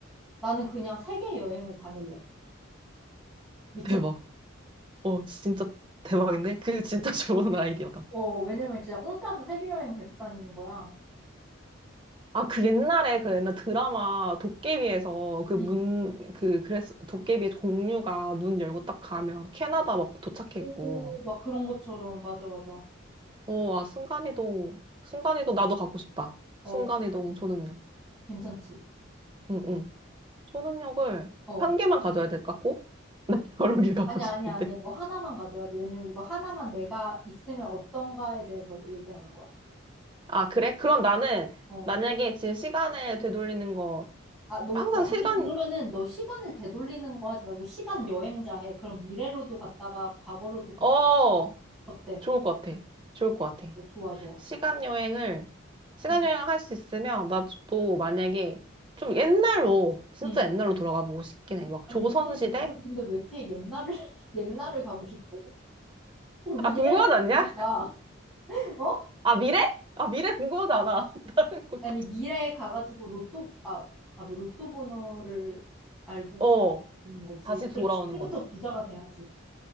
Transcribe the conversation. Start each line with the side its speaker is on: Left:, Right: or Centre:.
Centre: 나는 그냥 세계 여행을 다닐래. 미쳤,
Right: 대박. 어, 진짜 대박인데? 그 진짜 <laughs> 좋은 아이디어다.
Centre: 어, 왜냐면 진짜 공짜로 세계 여행 계속 다니는 거야.
Right: 아, 그 옛날에 그 옛날 드라마 도깨비에서 그 문,
Centre: 응.
Right: 그, 그래서 도깨비 공유가 문 열고 딱 가면 캐나다 막 도착해
Centre: 오,
Right: 있고.
Centre: 막 그런 것처럼, 맞아, 맞아.
Right: 오 와, 순간이동, 순간이동 나도 갖고 싶다.
Centre: 어,
Right: 순간이동
Centre: 그치,
Right: 초능력.
Centre: 그치. 괜찮지.
Right: 응, 응. 초능력을
Centre: 어.
Right: 한 개만 가져야 될까, 꼭? <laughs> 난 여러 개 갖고
Centre: 아니,
Right: 싶은데.
Centre: 아니, 아니야. 너 하나만 가져야 돼. 왜냐면 이거 하나만 내가 있으면 어떤가에 대해서 얘기하는 거야.
Right: 아, 그래? 그럼 나는
Centre: 어.
Right: 만약에 지금 시간을 되돌리는 거
Centre: 아, 너,
Right: 항상
Centre: 야,
Right: 시간
Centre: 아니, 그러면은 너 시간을 되돌리는 거 하지 말고 시간 여행자 해. 그럼 미래로도 갔다가 과거로도 갔,
Right: 어
Centre: 어때?
Right: 좋을 것 같아. 좋을 것 같아.
Centre: 어, 좋아, 좋아.
Right: 시간 여행을 시간
Centre: 응.
Right: 여행을 할 수 있으면 나도 만약에 좀 옛날로 진짜
Centre: 응.
Right: 옛날로 돌아가 보고 싶긴 해. 막
Centre: 아니,
Right: 조선
Centre: 너는,
Right: 시대?
Centre: 너는 근데 왜 이렇게 옛날을, <laughs> 옛날을 가고 싶어? 미래로
Right: 아 궁금하지 않냐?
Centre: 보니까 어?
Right: 아 미래? 아 미래 궁금하지 않아. <laughs> 나는 곧
Centre: 아니 미래에 가가지고 로또 아, 아, 뭐 로또 번호를 알고
Right: 어.
Centre: 있는 거지.
Right: 다시 돌아오는
Centre: 그래 지금부터
Right: 거지.
Centre: 부자가 돼야지.